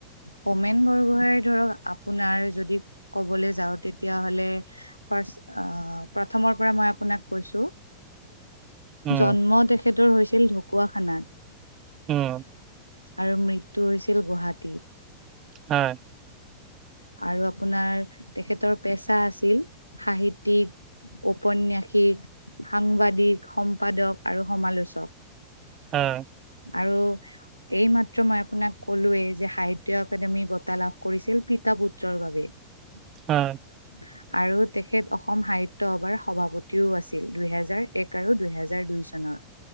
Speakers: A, on the left; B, on the right.
A: হোমেন বৰগোহাই ধৰক আপোনাৰ যদি ক'বলৈ যাওঁ তেতিয়াহে'লে ফাৰ্ষ আহ প্ৰথমৰ পৰা মই আপোনাক কৈছোঁ
B: উম
A: জন্ম তেখেতৰ হৈছিল ঢকুৱাখানাত
B: উম
A: আৰু মৃত্যু হৈছিল গুৱাহাটী।
B: হয়
A: আৰু আপোনাৰ তেখেতৰ পেচা আছিল সাহিত্যিক ঔপন্যাসিক, সাংবাদিক, সম্পাদক আৰু সমালোচক।
B: অ
A: আৰু এইমাত্ৰ মই আপোনাক ক'লোৱৱে যে সাহিত্য একাডেমি বঁটা লাভ কৰিছিল পিতা পুত্ৰৰ বাবে। উ <inaudible>
B: উম।
A: <inaudible> আৰু তেখেত অসম সাহিত্য সভাৰ সভাপতিও আছিল দুহেজাৰ এক আৰু দুহেজাৰ দুই চনৰ।